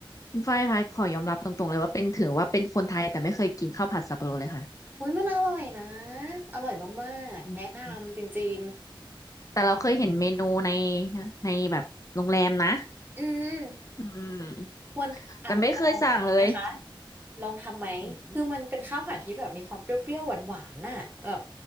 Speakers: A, on the left; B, on the right.
A: คุณฝ้ายคะขอยอมรับตรงๆเลยว่าเป็นถือว่าเป็นคนไทยแต่ไม่เคยกินข้าวผัดสับปะรดเลยค่ะ
B: อุ้ยมันอร่อยนะอร่อยมากๆแนะนำจริง
A: อืมแต่เราเคยเห็นเมนูในในแบบโรงแรมนะ
B: ๆอืม
A: อืม
B: ควรอาจจะลองทำไหมคะ
A: แต่ไม่เคยสั่งเลย
B: ลองทำไหมคือมันเป็นข้าวผัดที่แบบมีความเปรี้ยวๆหวานๆน่ะแบบ
A: อืม